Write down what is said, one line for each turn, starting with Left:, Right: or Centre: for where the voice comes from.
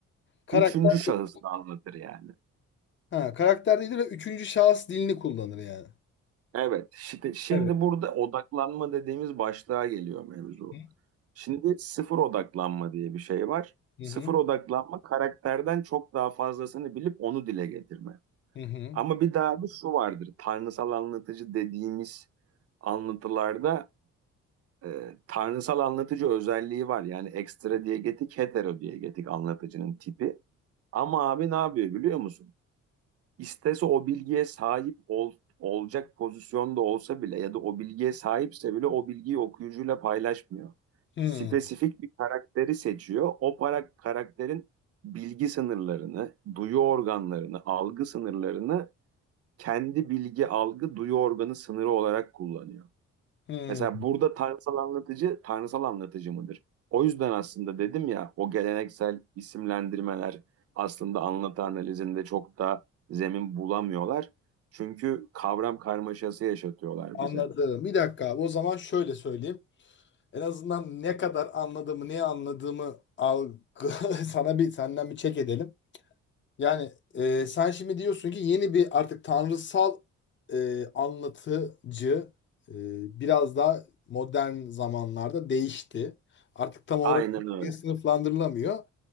Left: Karakter
Right: Üçüncü şahıs
Left: değil.
Right: da anlatır yani.
Left: Ha, karakter değildir ve üçüncü şahıs dilini kullanır yani.
Right: Evet. Şimdi, şimdi
Left: Evet.
Right: burada odaklanma dediğimiz başlığa geliyor mevzu.
Left: Hı
Right: Şimdi sıfır odaklanma diye bir şey var.
Left: hı
Right: Sıfır odaklanma karakterden çok daha fazlasını bilip onu dile getirme.
Left: hı hı
Right: Ama bir daha bir şu vardır. Tanrısal anlatıcı dediğimiz anlatılarda e, tanrısal anlatıcı özelliği var. Yani ekstra diyegetik, hetero diyegetik anlatıcının tipi. Ama abi ne yapıyor biliyor musun? istese o bilgiye sahip ol, olacak pozisyonda olsa bile ya da o bilgiye sahipse bile o bilgiyi okuyucuyla paylaşmıyor.
Left: hı hı.
Right: Spesifik bir karakteri seçiyor. O para, karakterin bilgi sınırlarını, duyu organlarını, algı sınırlarını kendi bilgi, algı, duyu organı sınırı olarak kullanıyor.
Left: hı.
Right: Mesela burada tanrısal anlatıcı tanrısal anlatıcı mıdır? O yüzden aslında dedim ya o geleneksel isimlendirmeler aslında anlatı analizinde çok da zemin bulamıyorlar. Çünkü kavram karmaşası yaşatıyorlar
Left: Anladım.
Right: bize.
Left: Bir dakika abi. O zaman şöyle söyleyeyim. En azından ne kadar anladığımı, neyi anladığımı algı <laughs> sana bir senden bir çek edelim. Yani e, sen şimdi diyorsun ki yeni bir artık tanrısal e, anlatıcı e, biraz daha modern zamanlarda değişti. Artık tam olarak
Right: Aynen öyle.
Left: bir sınıflandırılamıyor.